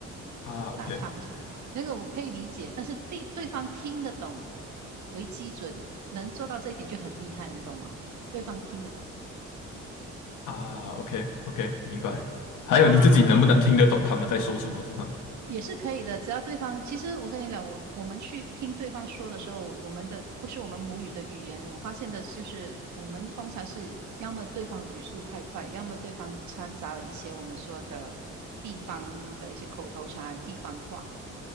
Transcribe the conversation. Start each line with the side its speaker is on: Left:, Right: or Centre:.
Left: 啊，OK
Right: 大差不差。这个我可以理解，但是对对方听得懂为基准，能做到这一点就很厉害，你懂吗？对方听得懂
Left: 啊，OK OK，明白。还有你自己能不能听得懂他们在说什么，
Right: 啊，
Left: 是吗？
Right: 也是可以的，只要对方，其实我跟你讲，我我们去听对方说的时候，我们的不是我们母语的语言，我发现的就是我们通常是要么对方语速太快，要么对方掺杂了一些我们说的地方的一些口头禅、地方话，